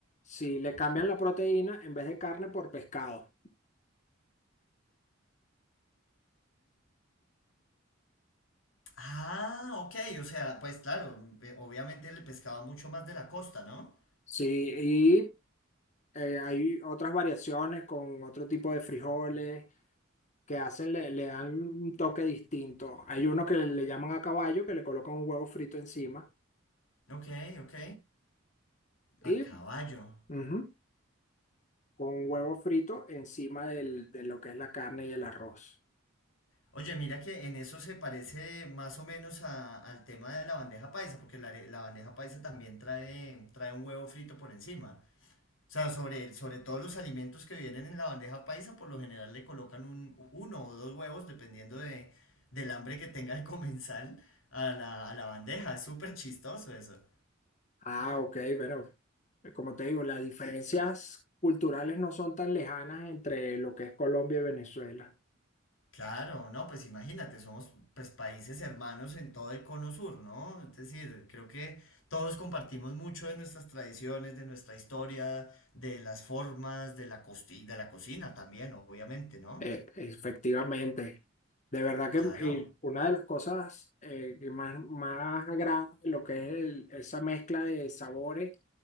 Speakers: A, on the left (about 35°); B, on the left (about 85°).
A: Si le cambian la proteína en vez de carne por pescado.
B: Ah, ok, o sea, pues claro, eh, obviamente el pescado mucho más de la costa, ¿no?
A: Sí, eh, hay otras variaciones con otro tipo de frijoles que hacen, le, le dan un toque distinto. Hay uno que le llaman a caballo, que le colocan un huevo frito encima
B: Ok, ok.
A: y
B: A caballo.
A: ujú, con un huevo frito encima del- de lo que es la carne y el arroz.
B: Oye, mira que en eso se parece más o menos a- al tema de la bandeja paisa, porque la, are- la bandeja paisa también trae, trae un huevo frito por encima. O sea, sobre, sobre todos los alimentos que vienen en la bandeja paisa, por lo general le colocan un, uno o dos huevos, dependiendo de, del hambre que tenga el comensal, a la, a la bandeja. Es súper chistoso eso.
A: Ah, ok, pero eh, como te digo, las diferencias culturales no son tan lejanas entre lo que es Colombia y Venezuela.
B: Claro, no, pues imagínate, somos pues países hermanos en todo el cono sur, ¿no? Es decir, creo que todos compartimos mucho de nuestras tradiciones, de nuestra historia, de las formas, de la costi- de la cocina también, obviamente, ¿no?
A: Eh, efectivamente. De verdad que
B: Claro,
A: eh, una de las cosas eh, que más, más agrada de lo que es el- esa mezcla de sabores